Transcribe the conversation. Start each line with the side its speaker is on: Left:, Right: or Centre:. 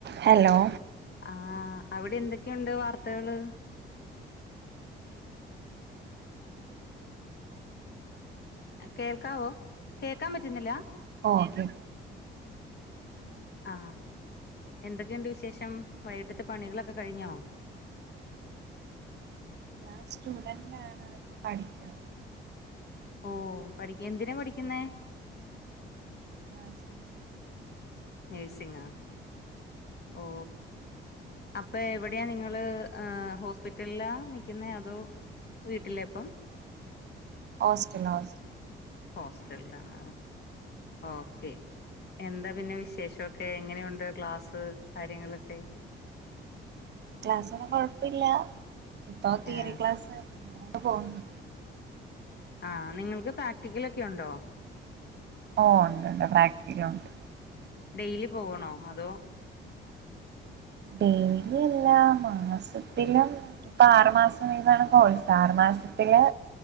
Right: Hello?
Left: ആ അവിടെ എന്തൊക്കെയുണ്ട് വാർത്തകള്? കേൾക്കാവോ? കേ ക്കപറ്റുന്നില്ല
Right: ഓ ആയിക്ക
Left: ആ എന്തൊക്കെയുണ്ട് വിശേഷം. വൈകിട്ടത്തെ പണികളൊക്കെ കഴിഞ്ഞോ?
Right: ഞാൻ സ്റ്റുഡന്റ് ആണ്. ഇപ്പൊ പഠിക്ക.
Left: ഓ പഠിക്ക. എന്തിനാ പഠിക്കുന്നേ?
Right: നാസി
Left: നഴ്സിംങാ ഓ അപ്പൊ എവടെ നിങ്ങൾ അ് ഹോസ്പിറ്റൽലാ നിക്ക്ന്നേ അതോ വീട്ടിലേ പ്പം
Right: ഹോസ്റ്റലിലാ ഹോസ്റ്റലിലാ
Left: ഹോസ്റ്റലിലാണ് ആ. ഓക്കേ എന്താ പിന്നെ വിശേഷൊക്കെ എങ്ങനെയുണ്ട് ക്ലാസ് കാര്യങ്ങളൊക്കെ?
Right: ക്ലാസ് ഒന്നും കൊഴപ്പ ഇല്ല. ഇപ്പൊ തിയറി
Left: ആഹ്
Right: ക്ലാസാണ്. അങ്ങനങ്ങ് പോവുന്നു.
Left: ആ നിങ്ങൾക്ക് പ്രാക്റ്റിക്കൽ ഒക്കെ ഉണ്ടോ?
Right: ഓ ഉണ്ട് ഉണ്ട്. പ്രാക്ടിക്കലൊണ്ട്.
Left: ഡെയിലി പോകണോ അതോ.
Right: ഡെയിലി അല്ല. മാസത്തിലും ഇപ്പൊ ആറു മാസം ഇതാണ് കോഴ്സ് ആറു മാസത്തില്